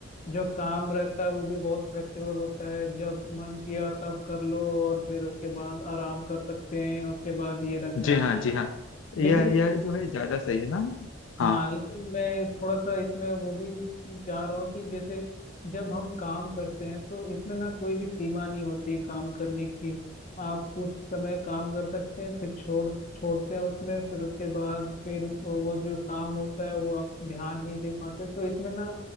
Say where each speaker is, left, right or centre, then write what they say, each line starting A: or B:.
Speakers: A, on the left; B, on the left.
A: जो काम रहता है वो भी बहुत फ्लेक्सिबल होता है जब मन किया तब कर लो और फिर उसके बाद आराम कर सकते हैं उसके बाद ये रहता
B: जी
A: है
B: हाँ जी हाँ यह
A: लेकिन
B: यह जो है ज्यादा सही है ना
A: हाँ
B: हाँ
A: लेकिन मैं थोड़ा सा इसमें वो भी चाह रहा हूँ कि जैसे जब हम काम करते हैं तो इसमें ना कोई भी सीमा नहीं होती है काम करने की आप उस समय काम कर सकते हैं फिर छोड़ छोड़ते हैं उसमें फिर उसके बाद फिर वो जो काम होता है वो आप ध्यान नहीं दे पाते तो इसमें ना